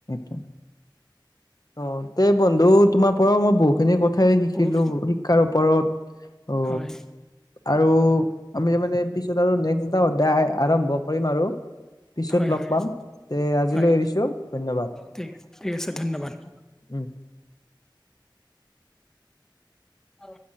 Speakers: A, on the left; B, in the centre.
A: স। অ' তে বন্ধু তোমাৰ পৰাও মই বহুত খিনি কথা কঠাই শিকিলো
B: বহুত
A: শিক্ষাৰ ওপৰত, ঔ
B: হয়
A: আৰু আমি তাৰ মানে পিছত আৰু নেক্স এটা অধ্যায় আৰম্ভ কৰিম আৰু। পিছত
B: হয়
A: লগ
B: হয়
A: পাম তে আজিলৈ
B: হয়
A: এৰিছো ধন্যবাদ।
B: ঠিক ঠিক আছে ধন্যবাদ
A: উম।
B: অ'